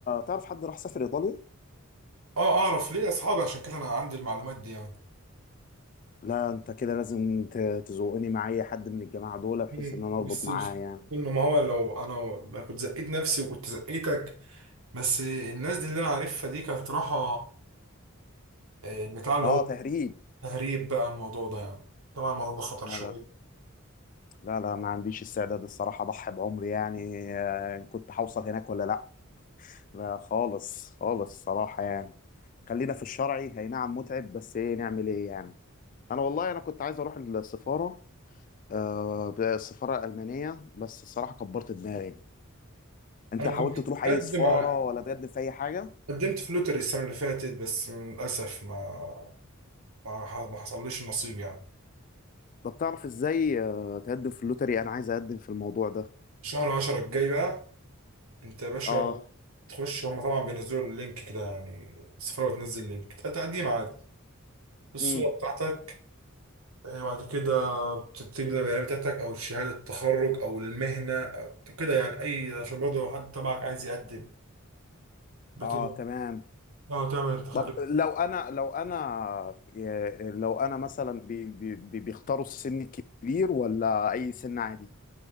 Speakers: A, on the left; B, on the right.
A: تعرف حد راح سافر ايطاليا
B: اه اعرف ليه اصحابي عشان كده انا عندي المعلومات دي يعني
A: لا انت كده لازم ت- تزوقني مع اي حد من الجماعه دول بحيث
B: مم.
A: ان انا
B: بس
A: اربط معاه
B: الف...
A: يعني
B: انه ما هو لو انا ما كنت زقيت نفسي وكنت زقيتك بس الناس دي اللي انا عارفها دي كانت راحه آه، البتاع اللي
A: اه
B: هو
A: تهريب
B: تهريب بقى الموضوع ده يعني طبعا الموضوع ده خطر
A: لا
B: شوية
A: لا لا لا ما عنديش استعداد الصراحه اضحي بعمري يعني آه، إن كنت هوصل هناك ولا لا لا خالص خالص صراحه يعني خلينا في الشرعي هي نعم متعب بس ايه نعمل ايه يعني انا والله انا كنت عايز اروح السفاره آه، السفارة الألمانية بس الصراحة كبرت دماغي أنت
B: أنا
A: حاولت
B: كنت
A: تروح أي
B: مقدم
A: سفارة
B: على
A: ولا تقدم في أي حاجة؟
B: قدمت في لوتري السنة اللي فاتت بس للأسف ما ما ح- ما حصلليش النصيب يعني
A: طب تعرف إزاي آه، تقدم في اللوتري أنا عايز أقدم في الموضوع ده
B: شهر عشرة الجاي بقى أنت يا باشا
A: آه
B: تخش هما طبعا بينزلوا اللينك كده يعني السفارة بتنزل لينك تقديم عادي الصورة
A: امم
B: بتاعتك إيه، بعد كده بتكتب البيانات بتاعتك أو شهادة التخرج أو المهنة أو كده يعني أي عشان برضه لو حد تبعك عايز يقدم بتبقى
A: آه تمام
B: آه، تعمل التخرج
A: طب لو أنا لو أنا آه، لو أنا مثلا بي بي بي- بيختاروا السن الكبير ولا أي سن عادي؟